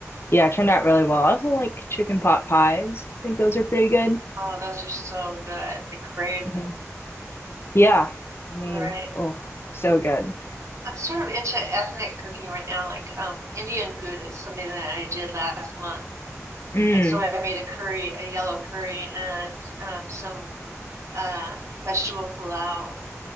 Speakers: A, on the left (about 50°); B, on the right (about 65°).
A: yeah, it turned out really well. I also like chicken pot pies. I think those are pretty good.
B: Oh, those are so good. I crave
A: hmm
B: them.
A: Yeah. I mean,
B: Right.
A: oh, so good.
B: I'm sort of into ethnic cooking right now. Like um, Indian food is something that I did last month,
A: Mm.
B: and so I made a curry, a yellow curry, and um, some uh, vegetable pilau